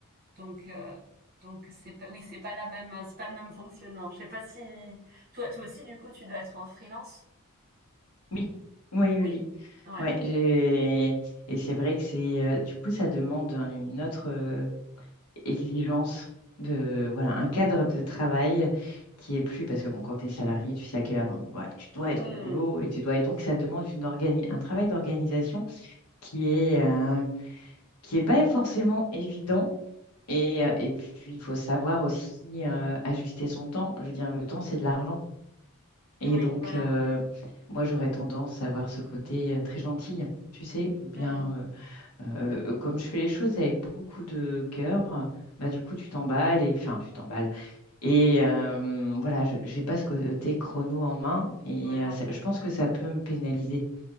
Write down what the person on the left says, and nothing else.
Oui, oui, oui,
oui.
Ouais, j'ai- Et c'est vrai que c'est euh, du coup, ça demande un- une autre euh, exigence de voilà un cadre
de travail qui est plus parce que bon quand tu es salarié tu sais à quelle heure hein, voilà, tu dois être
au boulot et tu dois et donc ça demande une organi- un travail d'organisation qui est euh, qui est pas forcément évident et, euh, et puis il faut savoir aussi euh, ajuster son temps je veux dire le temps c'est de l'argent et
donc
euh, moi j'aurais tendance à avoir ce côté euh, très gentil tu sais ou bien
euh, euh, comme je fais les choses avec beaucoup de cœur bah, du coup, tu t'emballes et enfin, tu t'emballes. Et euh, voilà, je n'ai pas ce côté chrono en main et
euh, ça- je pense que ça peut me pénaliser